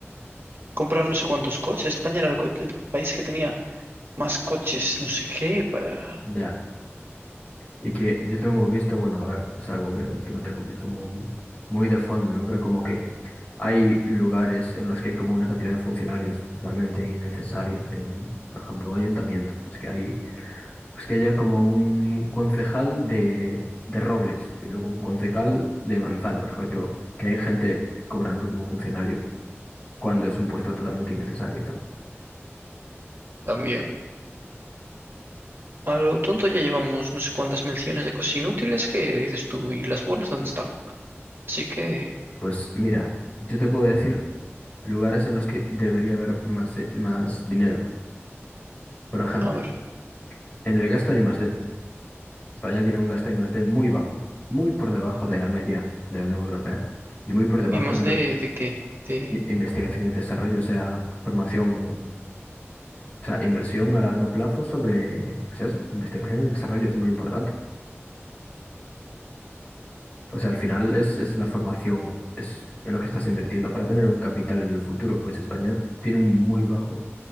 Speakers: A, on the right (about 55°); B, on the left (about 30°).
A: compraron no sé cuántos coches. España era el, co- el país que tenía más coches, no sé qué, para...
B: Ya. Y que yo tengo visto, bueno, a ver, es algo que, que no tengo visto muy, muy de fondo, ¿no? Pero como que Hay lugares en los que hay como una cantidad de funcionarios totalmente innecesaria. En, por ejemplo, un ayuntamiento, pues que hay, pues que haya como un concejal de, de Robles y luego un concejal de Manzanos, rollo, que hay gente cobrando como funcionario cuando es un puesto totalmente innecesario y tal.
A: También. A lo tonto ya llevamos no sé cuántas menciones de cosas inútiles que dices tú, ¿y las buenas dónde están? Así que,
B: Pues mira, yo te puedo decir lugares en los que debería haber más, eh, más dinero. Por ejemplo,
A: a ver,
B: en el gasto en I+D. España tiene un gasto en I+D muy bajo, muy por debajo de la media de la Unión Europea y muy por debajo
A: ¿y más
B: de
A: de,
B: la
A: de qué? De...
B: i- investigación y desarrollo, o sea, formación, o sea, inversión a largo plazo sobre, pues eso, investigación y desarrollo es muy importante. O sea, al final es, es la formación, es en lo que estás invirtiendo para tener un capital en el futuro. Pues España tiene un muy bajo